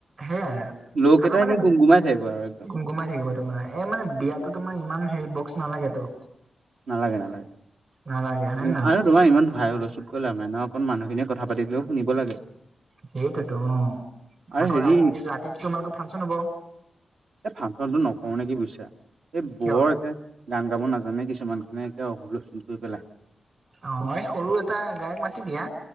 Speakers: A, on the right; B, on the right.
A: সেইয়াই,
B: লোককেইটা
A: আৰু মানে
B: একে গুমগুমাই থাকিব আৰু একদম
A: গুম-গুমাই থাকিব তোমাৰ। এ, মানে বিয়াতো তোমাৰ ইমান হেৰি বক্স নালাগেতো।
B: নালাগে, নালাগে।
A: নালাগে হয়
B: <unintelligible>
A: নে নহয়
B: আৰু তোমাৰ ইমান হাই-হুলস্থুল কৰি লাভ নাই নহয়, অকণ মানুহখিনিয়ে কথা পাতিলেও শুনিব লাগে।
A: সেইটোৱেতো অঁ,
B: আৰু
A: আকৌ
B: হেৰি
A: ৰাতি ৰাতিত তোমালোকৰ ফাংচন হ'ব।
B: এই ফাংচনটো নকৰো নেকি বুজিছা এই
A: কিয়
B: বৰ একে গান গাব নাজানে কিছুমানখনে একে হুলস্থুল কৰি পেলাই।
A: অ এই সৰু এটা গায়ক মাতি দিয়া